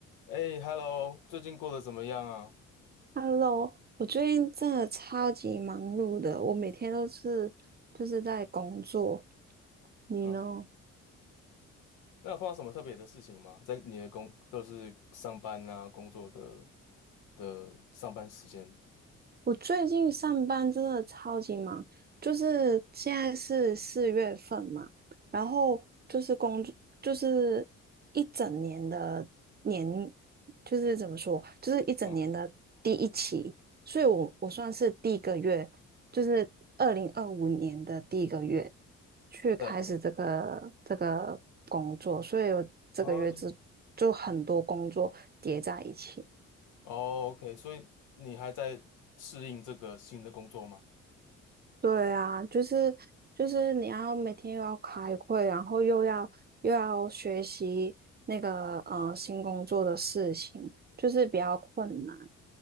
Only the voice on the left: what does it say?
哎，Hello，最近过得怎么样啊？
嗯，那有碰到什么特别的事情吗？在你的工，都是上班啊，工作的的上班时间。
嗯，
对
啊，
哦，OK，所以你还在适应这个新的工作吗？